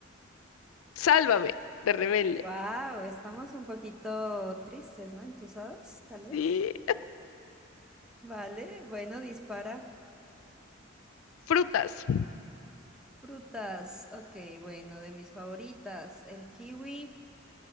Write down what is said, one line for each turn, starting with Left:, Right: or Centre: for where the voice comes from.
Left: Sálvame de Rebelde.
Centre: Wow, estamos un poquito tristes, ¿no? Entusados, tal vez.
Left: Sí,
Centre: Vale, bueno, dispara.
Left: frutas.
Centre: Frutas, ok, bueno, de mis favoritas, el kiwi,